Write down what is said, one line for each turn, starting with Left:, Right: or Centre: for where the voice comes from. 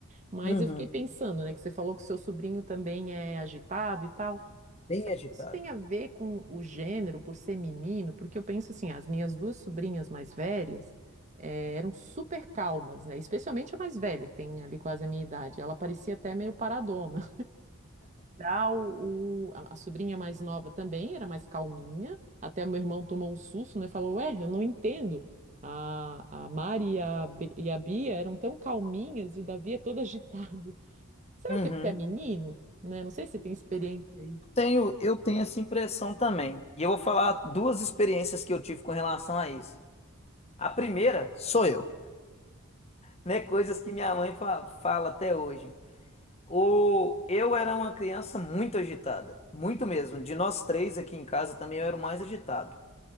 Right: Mas
Left: uhum.
Right: eu fiquei pensando, né, que você falou que seu sobrinho também é agitado e tal.
Left: Bem
Right: Será
Left: agitado.
Right: que Isso tem a ver com o gênero, por ser menino, porque eu penso assim, as minhas duas sobrinhas mais velhas eh, eram super calmas, né? Especialmente a mais velha, que tem ali quase a minha idade. Ela parecia até meio paradona. Já o, o- a, a sobrinha mais nova também era mais calminha. Até meu irmão tomou um susto, né? Falou, ué, eu não entendo. A, a Mari e a, Bi- e a Bia eram tão calminhas e o Davi é todo <laughs> agitado. Será
Left: Uhum.
Right: que é porque é menino? Né? Não sei se você tem experiência aí.
Left: Tenho, eu tenho essa impressão também. E eu vou falar duas experiências que eu tive com relação a isso. A primeira sou eu, né? Coisas que minha mãe fa- fala até hoje. O, eu era uma criança muito agitada, muito mesmo. De nós três aqui em casa também eu era o mais agitado.